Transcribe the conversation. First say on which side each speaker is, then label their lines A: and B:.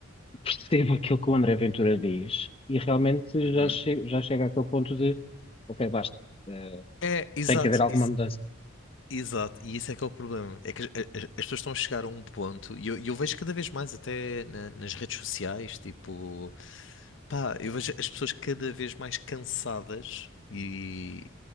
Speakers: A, on the left (about 25°); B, on the left (about 60°).
A: percebo aquilo que o André Ventura diz e realmente
B: Uhum.
A: já, che já chega àquele ponto de, ok, basta, Eh,
B: É, exato,
A: tem que haver alguma
B: ex-
A: mudança.
B: exato, e isso é que é o problema. É que as, as- as pessoas estão a chegar a um ponto, e eu, e eu vejo cada vez mais, até na- nas redes sociais, tipo, pá, eu vejo as pessoas cada vez mais cansadas e